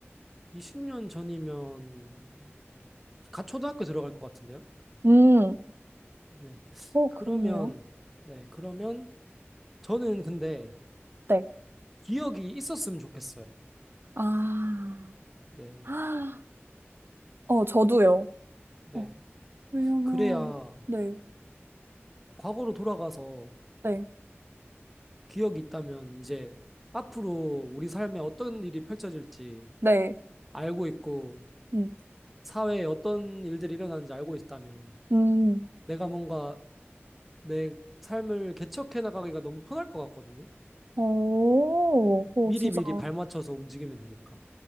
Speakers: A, in the centre; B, on the right.
A: 20년 전이면, 갓 초등학교 들어갈 것 같은데요?
B: 음.
A: 네.
B: 오,
A: 그러면,
B: 그렇네요.
A: 네, 그러면, 저는 근데
B: 네.
A: 기억이 있었으면 좋겠어요.
B: 아,
A: 네,
B: 아, 어, 저도요.
A: 네.
B: 어, 왜냐면,
A: 그래야
B: 네,
A: 과거로 돌아가서
B: 네,
A: 기억이 있다면 이제 앞으로 우리 삶에 어떤 일이 펼쳐질지
B: 네,
A: 알고 있고
B: 음,
A: 사회에 어떤 일들이 일어나는지 알고 있다면
B: 음,
A: 내가 뭔가 내 삶을 개척해 나가기가 너무 편할 것 같거든요.
B: 오, 오,
A: 미리
B: 진짜,
A: 미리 발맞춰서 움직이면 되니까.